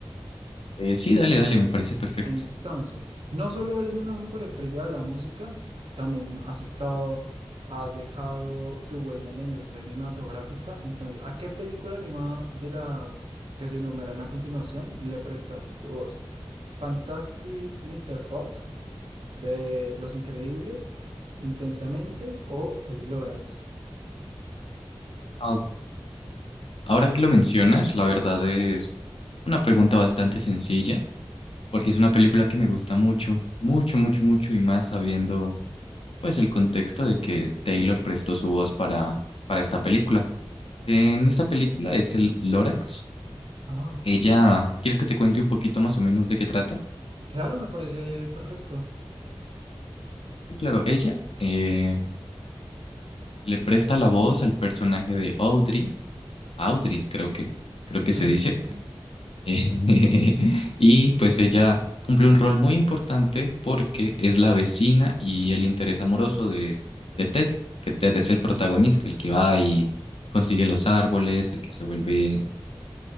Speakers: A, on the left; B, on the right.
A: Eh, sí, dale, dale, me parece perfecto.
B: Entonces, no solo eres una superestrella de la música, también has estado, has dejado tu huella en la industria cinematográfica. Entonces, ¿a qué película animada de las que se enumeran a continuación le prestaste tu voz? ¿Fantastic Mr. Fox de Los Increíbles, Intensamente o El Lorax?
A: Ok, ahora que lo mencionas, la verdad es una pregunta bastante sencilla. porque es una película que me gusta mucho, mucho, mucho, mucho, y más sabiendo pues el contexto de que Taylor prestó su voz para, para esta película. En esta película es el Lorax.
B: Ah,
A: Ella, ¿quieres que te cuente un poquito más o menos de qué trata?
B: claro, me parece perfecto.
A: Sí, claro, ella eh, le presta la voz al personaje de Audrey, Audrey creo que, creo que
B: <laughs>
A: se dice. Eh, <laughs> Y pues ella cumple un rol muy importante porque es la vecina y el interés amoroso de, de Ted, que Ted es el protagonista, el que va y consigue los árboles, el que se vuelve